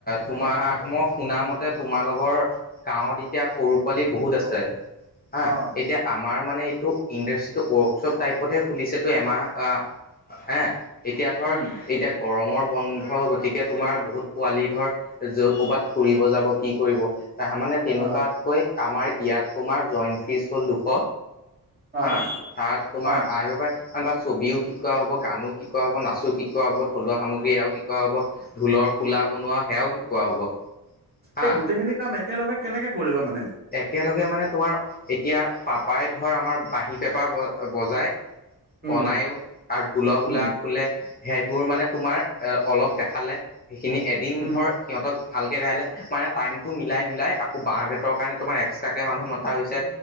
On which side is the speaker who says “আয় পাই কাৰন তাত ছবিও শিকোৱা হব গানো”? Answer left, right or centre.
Left